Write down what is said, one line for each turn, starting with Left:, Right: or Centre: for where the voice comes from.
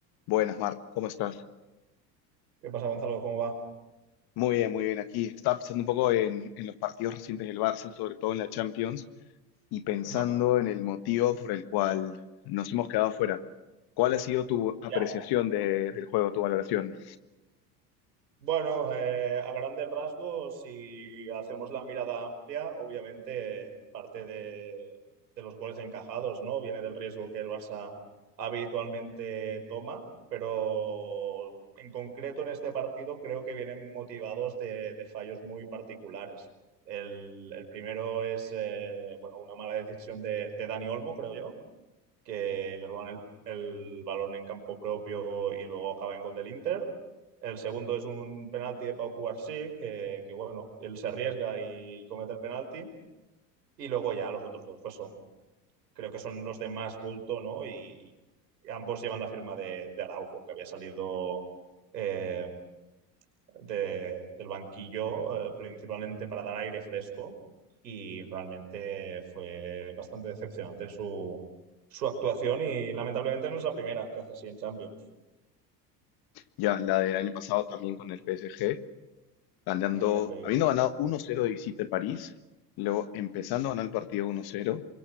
Left: Buenas, Marta, ¿cómo estás?
Right: ¿Qué pasa, Gonzalo? ¿Cómo va?
Left: Muy bien, muy bien aquí. Estaba pensando un poco en, en los partidos recientes del Barça, sobre todo en la Champions, y pensando
Right: Ajá.
Left: en el motivo por el cual nos hemos quedado fuera. ¿Cuál ha sido tu apreciación
Right: Ya.
Left: de- del juego, tu valoración?
Right: Bueno, eh, a grandes rasgos, si hacemos la mirada amplia, obviamente parte de, de los goles encajados, ¿no? Viene del riesgo que el Barça habitualmente toma, pero en concreto en este partido creo que vienen motivados de, de fallos muy particulares. El, el primero es, eh, bueno, una mala decisión de, de Dani Olmo, creo yo que le roban el, el balón en campo propio y luego acaba en gol del Inter. El segundo es un penalti de Pau Cubarsí, que, que bueno, él se arriesga y comete el penalti. Y luego ya los otros dos, pues son, creo que son los de más bulto, ¿no? Y, y ambos llevan la firma de, de Araujo, que había salido. eh, de- del banquillo, eh, principalmente para dar aire fresco, y realmente fue bastante decepcionante su, su actuación y lamentablemente no es la primera que hace así en Champions.
Left: Ya, la del año pasado también con el PSG, ganando,
Right: A eso iba.
Left: habiendo ganado 1-0 de visita en París, luego empezando a ganar el partido 1-0